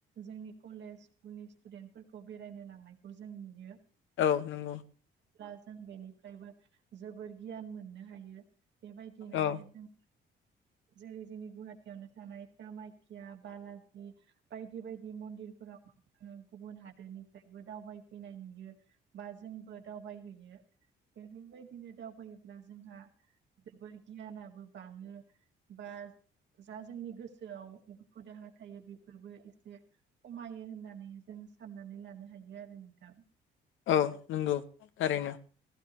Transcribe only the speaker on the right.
जोंनि कलेज स्कुलनि स्टुदेन्टफोरखौ बे- बेरायनो लांनायखौ जों नुयो।
ब्ला जों बेनिफ्रायबो जोबोर गियान मोननो हायो बेबायदिनोहाय
जों जेरै जोंनि गुवाहाटियावनो थानाय कामायख्या बालाजि बायदि बायदि मन्दिरफोरावबो जोङो गुबुन हादोरनिफ्रायबो दावबायफैनायनि बियो बा जोंबो दावबायहैयो बेफोरबायदिनो दावबायोब्ला जोंहा जोबोर गियानाबो बाङो बा जा जोंनि गोसोआव दुखु दाहा थायो बेफोरबो एसे खमायो होननानै जों साननानै लानो हायो आरो नोंथां।